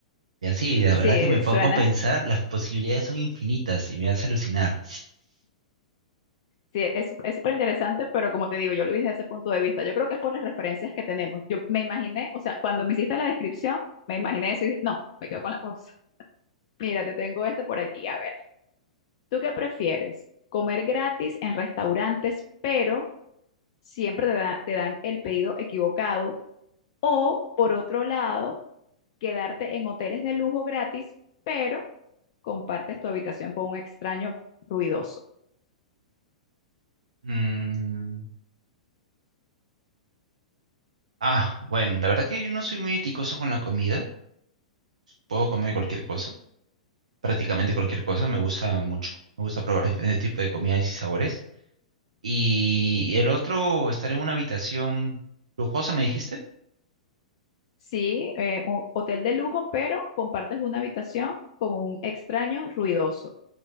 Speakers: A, on the right (about 70°); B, on the left (about 45°).
A: Y así, la
B: sí,
A: verdad que me puedo
B: suena,
A: pensar, las posibilidades son infinitas y me hace alucinar.
B: sí, es, es súper interesante, pero como te digo, yo lo vi desde ese punto de vista. Yo creo que es por las referencias que tenemos. Yo me imaginé, o sea, cuando me hiciste la descripción, me imaginé eso y dije, no, me quedo con la cosa. Mira, te tengo este por aquí. A ver, ¿tú qué prefieres? ¿Comer gratis en restaurantes, pero siempre te, da- te dan el pedido equivocado? O, por otro lado, quedarte en hoteles de lujo gratis, pero compartes tu habitación con un extraño ruidoso.
A: Mm, ah, bueno, la verdad que yo no soy muy eticoso con la comida, puedo comer cualquier cosa, prácticamente cualquier cosa, me gusta mucho, me gusta probar diferentes tipos de comidas y sabores. Y el otro, estar en una habitación lujosa, ¿me dijiste?
B: Sí, eh, un hotel de lujo, pero compartes una habitación con un extraño ruidoso.